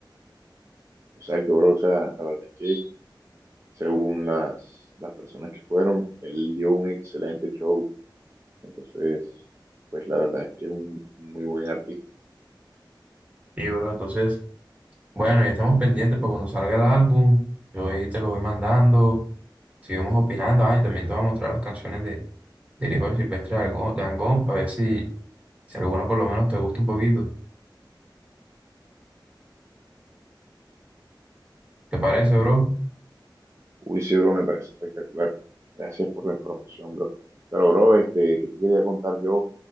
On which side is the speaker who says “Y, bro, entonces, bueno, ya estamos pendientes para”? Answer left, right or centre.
Right